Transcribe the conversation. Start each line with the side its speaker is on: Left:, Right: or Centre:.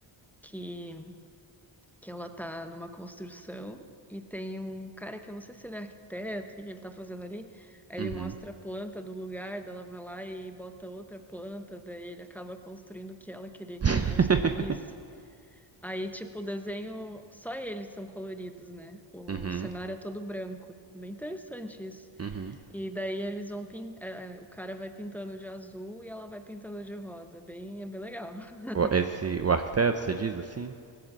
Centre: que que ela tá numa construção e tem um cara que eu não sei se ele é arquiteto, o que que ele tá fazendo ali. Aí
Right: Uhum.
Centre: ele mostra a planta do lugar, daí ela vai lá e bota outra planta, daí ele acaba construindo o que ela queria que
Right: <laughs>
Centre: ele construísse. Aí, tipo, o desenho, só eles são coloridos, né? O
Right: Uhum,
Centre: cenário é todo branco. Bem interessante isso.
Right: uhum.
Centre: E daí eles vão pin... eh, o cara vai pintando de azul e ela vai pintando de rosa. Bem, é bem legal. <laughs>
Right: O- Esse, o arquiteto, você diz assim?